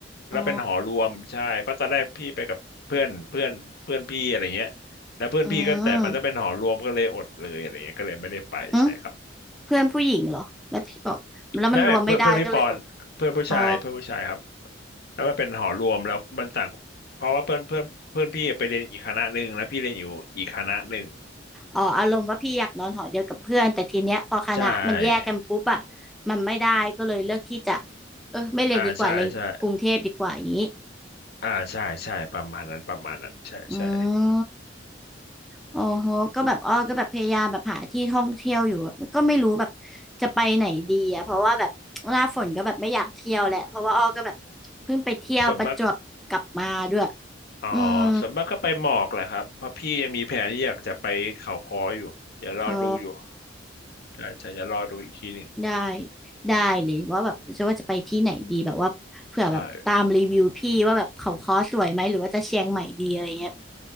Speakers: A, in the centre; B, on the left.
A: อ๋อ
B: แล้วเป็นหอรวมใช่เพราะตอนแรกพี่ไปกับเพื่อนเพื่อนเพื่อนพี่อะไรเงี้ยแล้วเพื่อนพี่ก็แต่มันจะเป็นหอรวมก็เลยอดเลยอะไรเงี้ยก็เลยไม่ได้ไปใช่ครับ
A: อืม อืมเพื่อนผู้หญิงเหรอแล้วพี่บอกแล้วมันรวมไม่ได้ก็เลยอด
B: ไม่ไม่เพื่อนเพื่อนพี่ปอนเพื่อนผู้ชายเพื่อนผู้ชายครับ
A: อ๋อ
B: แล้วมันเป็นหอรวมแล้วมันต่างเพราะว่าเพื่อนเพื่อนเพื่อนพี่ไปเรียนอีกคณะหนึ่งแล้วพี่เรียนอยู่อีกคณะหนึ่ง
A: อ๋ออารมณ์ว่าพี่อยากนอนหอเดียวกับเพื่อนแต่ทีเนี้ยพอคณะมันแยกกันปุ๊บอะ
B: ใช่
A: มันไม่ได้ก็เลยเลือกที่จะเออไม่เรียนดีกว่าเรียนกรุงเทพดีกว่าอย่างนี้
B: อ่าใช่ใช่ อ่าใช่ใช่ประมาณนั้นประมาณนั้นใช่ใช่
A: อืมโอ้โหก็แบบอ้อก็แบบพยายามแบบหาที่ท่องเที่ยวอยู่แบบก็ไม่รู้แบบจะไปไหนดีอะเพราะว่าแบบหน้าฝนก็แบบไม่อยากเที่ยวแหละเพราะว่าอ้อก็แบบเพิ่งไปเที่ยวประจวบกลับมาด้วย
B: ส่วนมากอ๋อ
A: อืม
B: ส่วนมากก็ไปหมอกแหละครับเพราะพี่ยังมีแผนที่อยากจะไปเขาค้ออยู่เดี๋ยวรอดูอยู่
A: อ๋อ
B: ใช่ใช่เดี๋ยวรอดูอีกทีหนึ่ง
A: ได้ได้เลยว่าแบบจะว่าจะไปที่ไหนดีแบบว่าเผื่อแบบตามรีวิวพี่ว่าแบบเขาค้อสวยไหมหรือว่าจะเชียงใหม่ดีอะไรเงี้ย
B: ได้